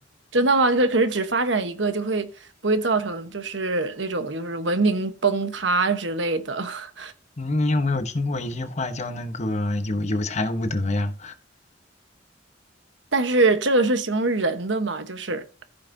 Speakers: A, on the right; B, on the left.
A: 真的吗？可可是只发展一个，就会不会造成就是那种就是文明崩塌之类的？<laughs>
B: 你有没有听过一句话叫那个有有才无德呀？
A: 但是这个是形容人的嘛，就是